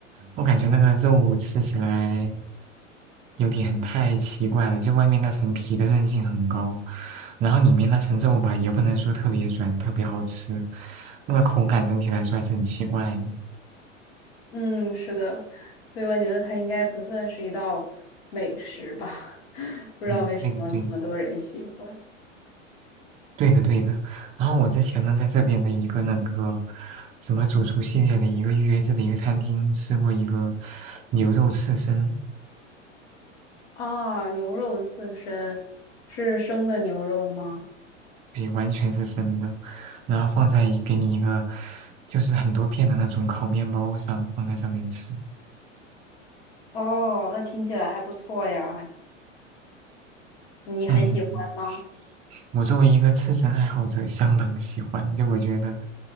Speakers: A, on the right; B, on the left.
A: 我感觉那个肉吃起来有点太奇怪了，就外面那层皮的韧性很高，然后里面那层肉吧，也不能说特别软，特别好吃，那个口感整体来说还是很奇怪的。
B: 嗯，是的，所以我觉得它应该不算是一道美食吧，<laughs> 不知道为什么那么多人喜欢。
A: 嗯，对的，对的对的，对的。然后我之前呢，在这边的一个那个什么主厨系列的一个预约制的一个餐厅吃过一个牛肉刺身，
B: 啊，牛肉刺身是生的牛肉吗？
A: 对，完全是生的，然后放在一给你一个就是很多片的那种烤面包上，放在上面吃。
B: 哦，那听起来还不错呀。你很喜欢吗？
A: 嗯，我作为一个吃身爱好者，相当喜欢。就我觉得，